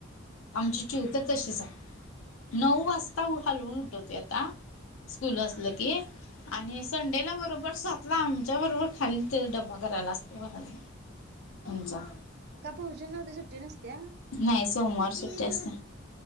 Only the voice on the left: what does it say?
आमची चिऊतर तशीच आहे नऊ वास आता हलवून हलवून उठवते आता स्कूल असलं
की आणि संडेला बरोबर सातला आमच्या बरोबर खाली ते डब्बा करायला असत. <unintelligible>
नाही सोमवार सुट्टी असते.